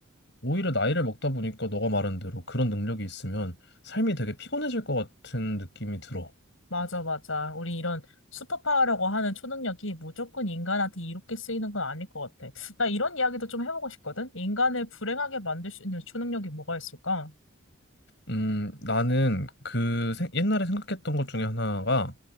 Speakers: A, on the left; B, on the left.
A: 오히려 나이를 먹다 보니까 너가 말한 대로 그런 능력이 있으면 삶이 되게 피곤해질 것 같은 느낌이 들어.
B: 맞아, 맞아. 우리 이런 슈퍼파워라고 하는 초능력이 무조건 인간한테 이롭게 쓰이는 건 아닐 것 같아. 나 이런 이야기도 좀 해보고 싶거든? 인간을 불행하게 만들 수 있는 초능력이 뭐가 있을까?
A: 음, 나는 그 생- 옛날에 생각했던 것 중에 하나가